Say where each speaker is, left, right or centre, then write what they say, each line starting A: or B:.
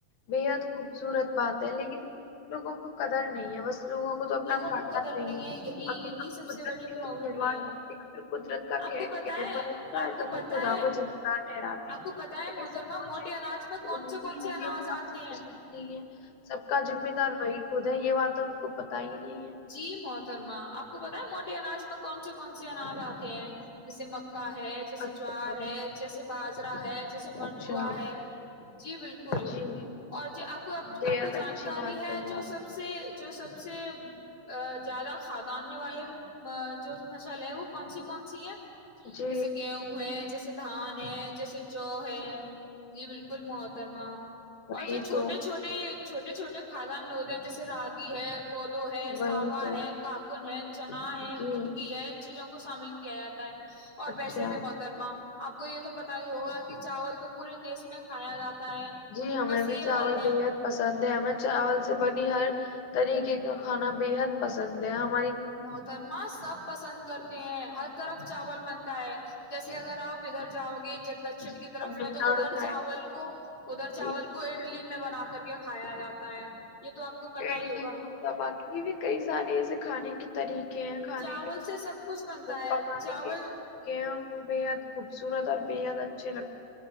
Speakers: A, on the left; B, on the left.
A: بےحد خوبصورت بات ہے لیکن <unintelligible> لوگوں کو قدر نہیں ہے بس لوگوں کو تو اپنا
B: لوگوں
A: <unintelligible>
B: کو قدر نہیں ہے یہی
A: اپنی
B: یہی سب سے
A: قدرت
B: بڑی
A: کے
B: پروابلم
A: ساتھ کھلواڑ
B: ہے
A: کرتے ہیں پھر قدرت کا
B: آپ
A: قید
B: کو پتا
A: قید
B: ہے
A: بنتا
B: آپ
A: ہے
B: کو
A: تو
B: پتا
A: پھر خدا
B: ہے
A: کو ذمہ دار ٹھہراتے
B: آپ
A: ہیں
B: کو پتا ہے
A: لیکن
B: محترما
A: سب کچھ
B: موٹے اناج میں
A: ان
B: کون سے
A: کی
B: کون سے
A: ہے
B: اناج
A: یہ بات
B: آتے
A: سمجھتے
B: ہیں
A: <inaudible> سب کا ذمہ دار بھائی <unintelligible> خود ہے یہ بات تو ہم کو پتا ہی نہیں ہے <unintelligible>
B: جی محترما آپ کو پتا ہے موٹے اناج میں کون سے کون سے اناج آتے ہیں جیسے <unintelligible> کا ہے جیسے
A: اچھا
B: جوار ہے جیسے <unintelligible> بازرا ہے <unintelligible> جیسے منڈوا
A: اچھا
B: ہے جی بالکل
A: جی
B: اور جی آپ کو
A: بےحد
B: آپ کو جانکاری
A: اچھی بات
B: ہے
A: کہی
B: جو
A: آپ
B: سب
A: نے
B: سے جو سب سے <unintelligible> سے <unintelligible> ا زیادہ کھاد آنے والے جو فصل ہے وہ کون سی کون سی ہے <unintelligible>
A: جی
B: جیسے گیہوں ہے جیسے دھان ہے جیسے جوو ہے جی بالکل محترما
A: وہی
B: اور جو چھوٹے
A: تو
B: چھوٹے <unintelligible> چھوٹے چھوٹے خادان ہوتے ہیں جیسے رگی ہے پودو ہے
A: وہی
B: ساوا
A: تو
B: ہے ککن ہے چنا ہے
A: جی
B: کٹکی ہے ان چیزوں کو <unintelligible> شامل کیا جاتا <unintelligible> اور
A: اچھا
B: ویسے بھی محترمہ <unintelligible> آپ کو یہ تو پتا ہی ہوگا کہ چاول تو پورے دیش میں کھایا جاتا <unintelligible>
A: جی ہمیں
B: بس یہ
A: بھی چاول
B: بات ہے
A: بےحد پسند ہے ہمیں چاول <unintelligible> سے بنی ہر طریقے کا کھانا بےحد پسند ہے ہم <unintelligible>
B: نوترماں سب پسند کرتے ہیں ہ <unintelligible> طرف چاول بنتا ہے جیسے اگر آپ ادھر جاؤ گے <unintelligible> دکچن
A: ہیں۔
B: کی طرف
A: تمل
B: میں تو
A: ناڈو
B: ادھر
A: سائڈ
B: چاول کو ادھر
A: جی
B: چاول کو اڈلی <unintelligible> میں بنا کر کے کھایا جاتا ہے <unintelligible> <unintelligible> کو پتا
A: اڈلی
B: ہی ہوگا
A: باقی کی بھی کئی ساری ایسے کھانے <unintelligible> <unintelligible> طریقے ہیں کھانے
B: چاول
A: کے
B: سے سب کچھ بنتا ہے
A: پکانے
B: چاول
A: کے طریقے ہیں <unintelligible> <unintelligible> ب خو <unintelligible> <unintelligible> سور اور بے حد اچھے لگ <unintelligible> <unintelligible>